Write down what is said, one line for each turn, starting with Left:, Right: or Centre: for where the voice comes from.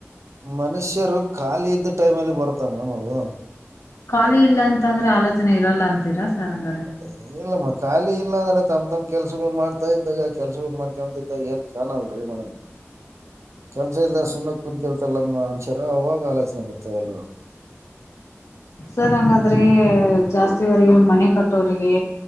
Right: ಮನುಷ್ಯರು ಖಾಲಿ ಇದ್ದ ಟೈಮ್ ಅಲ್ಲಿ ಬರುತ್ತ ಮೇಡಮ್ ಅವು.
Left: ಖಾಲಿ ಇಲ್ಲ ಅಂತ ಅಂದ್ರೆ ಆಲೋಚನೆ ಇರಲ್ಲ ಅಂತೀರಾ ಸರ್ ಹಂಗಾರೆ.
Right: ಏ ಇಲ್ಲಮ್ಮ ಖಾಲಿ ಇಲ್ಲ ಅಂದ್ರೆ ತಮ್ ತಮ್ ಕೆಲ್ಸಗಳು ಮಾಡ್ತಾ ಇದ್ದಾಗ ಕೆಲ್ಸಗಳು ಮಾಡ್ಕೊಂತಿದ್ದ ಏನ್ ಚಾನೆಲ್ ರೀ ಮೇಡಂ. ಕೆಲ್ಸ ಇಲ್ದೆ ಸುಮ್ನೆ ಕುಂತಿರ್ತಾರಲ್ಲಾ ಮನ್ಶ್ರು ಅವಾಗ ಆಲೋಚನೆ ಬರ್ತಾವೆ ಎಲ್ಲರು.
Left: ಸರ್ ಹಂಗಾದ್ರೆ ಜಾಸ್ತಿವರೆಗೆ ಮನೆ ಕಟ್ ಕ್ಟೋರಿಗೆ